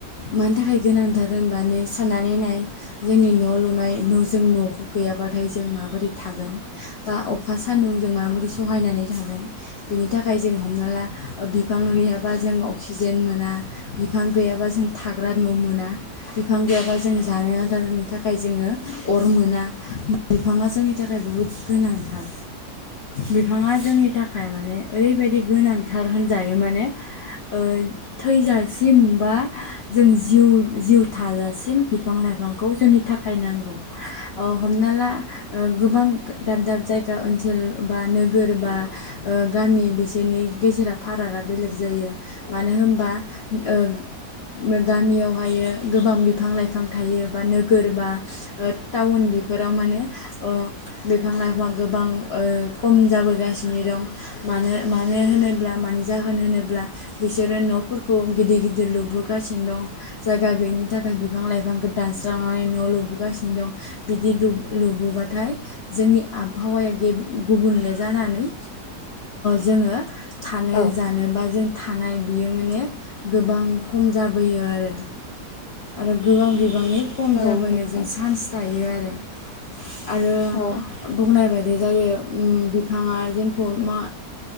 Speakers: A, on the left; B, on the left.
A: मानि थाखाय गोनांथार होनोमबानो साननानै नाय जोंनि न' लुनाय न' गैयाब्लाथाय जों माबोरै थागोन? बा अखा सान्दुं जों माबाबोरै सहायनानै थागोन। बिनि थाखाय जों हमनाला ओ बिफां गैयाबा अक्सिजेन मोना। बिफां गैयाबा जों थाग्रा न' मोना बिफां गैयाब्ला जों जों जानो आदारनि थाखाय जोङो अर मोना बिफाङा जोंनि थाखाय बुहुद गोनांथार। बिफाङा जोंनि थाखाय माने ओरैबायदि गोनांथार होनजायो माने ओ थैजासिम बा जों जिउ थाजासिम बिफां लाइफांखौ जोंनि थाखाय नांगौ। अ ओ हमना ला गोबां दाब दाब जायगा ओनसोल बा नोगोर बा ओ गामि बिसोरनि गेजेराव फारागा बेलेग जायो। मानो होनोमबा ओ ओम गामियावहाय गोबां बिफां लाइफां थायो बा नोगोर बा ओ टाउन बेफोराव माने ओ बिफां लाइफां ओ गोबां खम जाबोगासिनो दं मानो मानो होनोब्ला मानि जाहोन होनोब्ला बिसोरो न'फोरखौ गिदिर गिदिर लुबोगासिनो दं। जायगा गैयिनि थाखाय बिफां लाइफांखौ दानस्रांनानै न' लुबोगासिनो दं। बिदि लु-लुबोबाथाय जोंनि आबहावाया गे-गुबुनले जानानै जोङो थानो
B: औ
A: जानोबा जों थानाय बियो माने गोबां खम जाबोयो आरो। आरो गोबां बिबांनि खम
B: औ
A: जाबोनो
B: नंगौ नोंथां
A: जों सान्स थायो आरो। आरो
B: औ
A: बुंनाय बायदि जायो ओम बिफाङा जोंखौ मा